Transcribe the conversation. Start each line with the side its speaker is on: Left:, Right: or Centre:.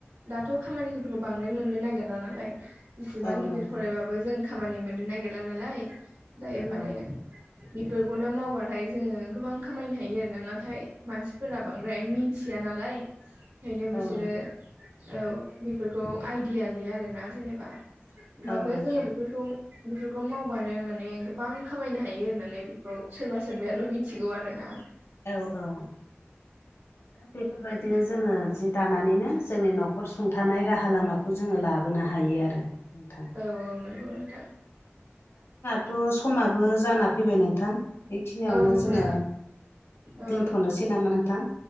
Right: दाथ' खामानिफोरखौ बांद्राय मोननो नागेरला नालाय इसिबां
Left: औ
Right: गिदिर
Left: नोंथां
Right: फरायबाबो जों खामानि मोननो नागिरला नालाय दायो माने
Left: औ
Right: बेफोरखौनो मावबाथाय जोङो गोबां खामायनो हायो आरोना नाथाय मानसिफोरा
Left: औ
Right: बांद्राय मि थिया नालाय ओंखायनो बिसोरो
Left: औ नोंथां
Right: औ बेफोरखौ आइडिया गैया आरोना जेनेबा होमबाबो
Left: औ नोंथां
Right: जोङो बेफोरखौ बेफोरखौ मावबानो माने गोबां खामायनो हायो होननानै बेखौ सोरबा सोरबाल' मिथिगौ आरो ना
Left: औ औ दा बेफोरबायदिनो
Right: बिदि
Left: जोङो जि दानानैनो जोंनि न'खर सुंथानाय राहा लामाखौ जोङो लाबोनो हायो आरो नोंथां
Right: औ औ नंगौ नोंथां
Left: थ' समाबो जाना फैबाय नोंथां बेखिनियावनो
Right: औ
Left: जोङो
Right: जोंहा औ
Left: दोनथ'नोसै एसे नामा नोंथां